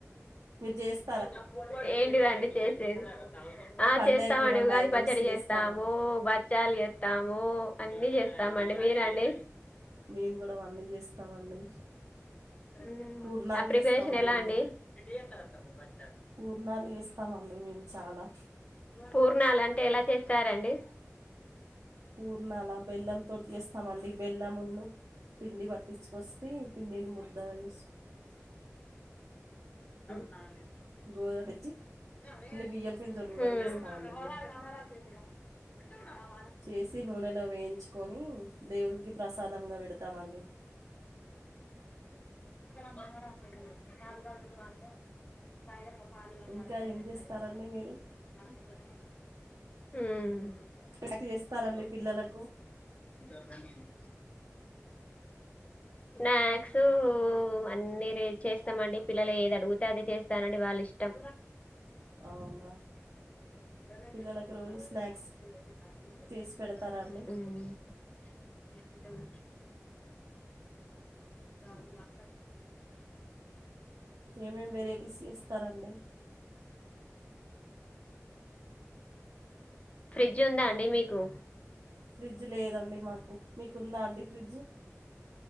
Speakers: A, on the right (about 85°); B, on the left (about 25°).
A: మీరు చేస్త
B: ఏడ్ <unintelligible> ఏంటి దండి చేసేది. ఆ
A: పండగకి
B: చేస్తామండి
A: ఏమన్నా
B: ఉగాది
A: ఐటెమ్స్
B: పచ్చడి
A: చేస్తారా
B: చేస్తాము.
A: అండి
B: బ బచ్చలు చేత్తాము అన్నీ చేస్తామండి. మీరండి.
A: మేము కూడా అవన్నీ చేస్తామండి.
B: మ్మ్
A: పూర్ణాలు
B: ఆ ప్రిపరేషన్
A: చేస్తామండి.
B: ఎలా అండి
A: మేము
B: <unintelligible>
A: పూర్ణాలు చేస్తామండి. మేము చాలా
B: పూర్ణాలు అంటే ఎలా చేస్తారండి
A: పూర్ణాల బెల్లం తోటి చేస్తామండి. బెల్లమున్ను పిండి పట్టించుకొస్తే పిండిని ముద్దగా చేసి
B: హ్మ్
A: గోధుమ తెచ్చి ఓన్లీ బియ్యం పిండితోటి కూడా చేస్తామండి మేము చేసి నూనెలో వేయించుకొని దేవునికి ప్రసాదంగా పెడతామండి
B: మ హ్మ్
A: ఇంకా ఏం చేస్తారండి మీరు స్నాక్స్ చేస్తారండి పిల్లలకు
B: స్నాక్స్ అన్నీ <unintelligible> చేస్తామండి. పిల్లలు ఏది అడుగుతే అదే చేస్తానండి వాళ్ళ ఇష్టం
A: అవునా
B: హ్మ్
A: పిల్లలకు రోజు స్నాక్స్ చేసి పెడతారా
B: <unintelligible>
A: అండి
B: స మా
A: ఏమేమి వెరైటీస్ చేస్తారండి.
B: ఫ్రిడ్జ్ ఉందా అండి మీకు
A: ఫ్రిడ్జ్ లేదండి మాకు ందా అండి ఫ్రిడ్జ్